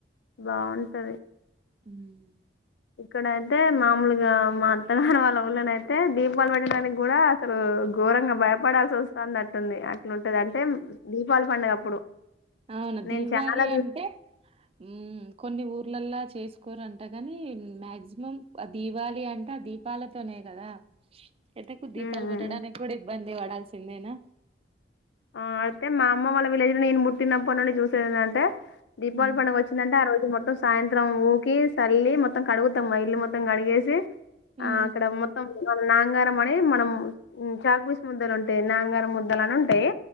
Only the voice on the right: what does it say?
ఉమ్
అవునా
దీపావళి
అంటే ఉమ్ కొన్ని ఊరు ఊర్లలా చేసుకోరంట కాని మాక్సిమం ఆ దీవాలి అంటే ఆ దీపాలతోనే కదా అయితే కు దీపాలు
పెట్టడానికి కూడా ఇబ్బంది పడాల్సిందేనా
మ్మ్
మ్మ్